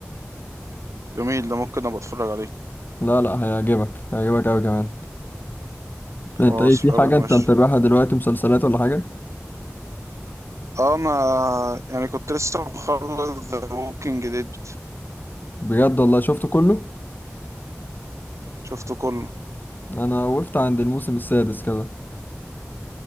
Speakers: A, on the right (about 80°); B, on the left (about 40°).
A: جميل ده ممكن ابقى اتفرج عليه
B: لا لا هيعجبك هيعجبك أوي كمان أنت
A: خلاص
B: إيه في
A: حلو
B: حاجة أنت
A: ماشي
B: متابعها دلوقتي مسلسلات ولا حاجة؟
A: آه، انا يعني كنت لسه مخلص ذا ووكينج ديد
B: بجد والله شفته كله؟
A: شفته كله
B: انا وقفت عند الموسم السادس كده